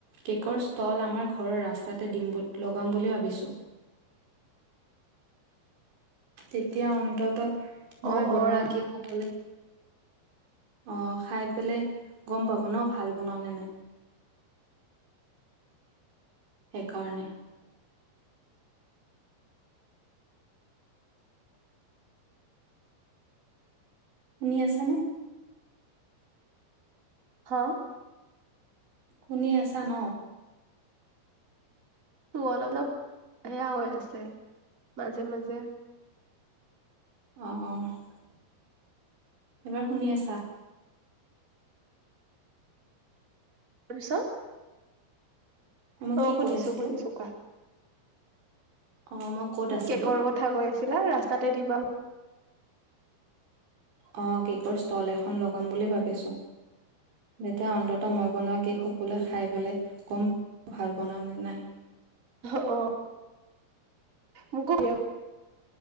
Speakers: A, on the right (about 75°); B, on the right (about 20°).
A: কেক'ৰ ষ্টল আমাৰ ঘৰৰ ৰাস্তাতে দিম লগাম বুলি ভাবিছোঁ। তেতিয়া অন্তত মই
B: অ
A: বনোৱা
B: অ ৰাজ
A: কেক সকলে অ', খাই পেলাই গম পাব ন' ভাল বনাও নে নাই। সেইকাৰণে। শুনি আছানে?
B: হা?
A: শুনি আছা ন'?
B: টো অলপ অলপ সেয়া হৈ আছে, মাজে মাজে।
A: অ', অ', এবাৰ শুনি আছা?
B: তাপিছত।
A: মই কি
B: অ', শুনিছোঁ,
A: কৈ আছিলো
B: শুনিছোঁ কোৱা।
A: অ মই ক'ত আছিলো
B: কেকৰ কথা কৈ আছিলা ৰাস্তাতে দিবা
A: অ', কেকৰ ষ্টল এখন লগাম বুলি ভাবিছোঁ। তেতিয়া অন্তত মই বনোৱা কেক সকলোৱে খাই পেলাই কম ভাল বনাওঁ নে নাই।
B: অহ মোকো <inaudible>